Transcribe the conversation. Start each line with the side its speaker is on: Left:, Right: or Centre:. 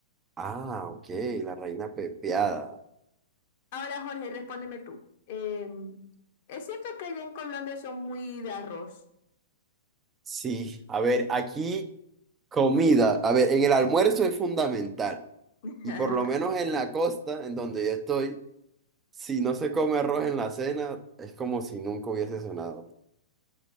Right: Ah, ok, la reina pepiada.
Left: Ahora, Jorge, respóndeme tú. Eh, ¿es cierto que allá en Colombia son muy de arroz?
Right: Sí, a ver, aquí Comida. A ver, en el almuerzo es fundamental.
Left: <laughs>
Right: Y por lo menos en la costa, en donde yo estoy, si no se come arroz en la cena, es como si nunca hubiese cenado.